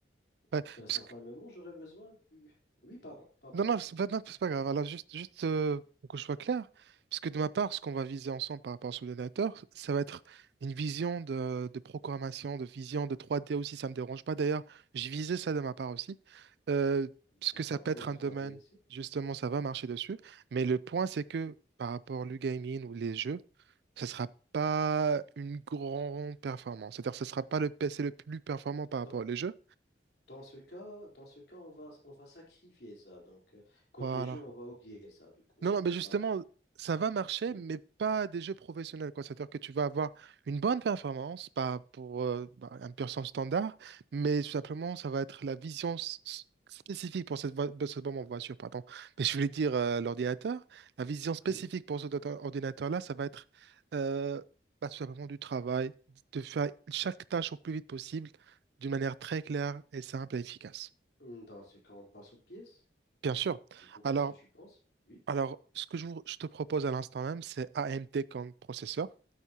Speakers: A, on the right; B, on the left.
A: Ouais,
B: Parce qu'à un certain
A: parce
B: moment, j'aurais besoin du. Oui, pardon, pardon,
A: Non,
B: Hachman.
A: non, c'est pas, non, c'est pas grave. Alors, juste, juste euh, pour que je sois clair, parce que de ma part, ce qu'on va viser ensemble par rapport à ce donateur, ça va être une vision de, de programmation, de vision de 3D aussi. Ça me dérange pas d'ailleurs. Je visais ça de ma part aussi, euh, parce
B: D'accord,
A: que ça peut
B: pour
A: être
B: le
A: un
B: trois
A: domaine,
B: d ici.
A: justement, ça va marcher dessus. Mais le point, c'est que par rapport au gaming ou les jeux, ça sera pas une grande performance. C'est-à-dire, ce sera pas le PC le plus performant par rapport
B: Dans,
A: aux jeux.
B: dans ce cas, dans ce cas, on va on va sacrifier ça. Donc, euh, côté
A: Voilà.
B: jeu, on va oublier ça. Du coup,
A: Non,
B: on
A: non,
B: va
A: mais justement,
B: pas.
A: ça va marcher,
B: Oui.
A: mais pas des jeux professionnels, quoi. C'est-à-dire que tu vas avoir une bonne performance, pas pour euh, bah, un percent standard, mais tout simplement, ça va être la vision s- s- spécifique pour cette, vo- de cette bombe voiture, pardon. Mais je voulais dire euh, l'ordinateur, la vision spécifique
B: Oui.
A: pour cet ordina- ordinateur-là, ça va être euh, bah, tout simplement du travail, de faire chaque tâche au plus vite possible, d'une manière très claire et simple et efficace.
B: Dans ce cas, on passe aux pièces.
A: Bien sûr.
B: Du coup, qu'est-ce
A: Alors,
B: que tu penses? Oui.
A: alors, ce que je, vous- je te propose à l'instant même, c'est AMD comme processeur.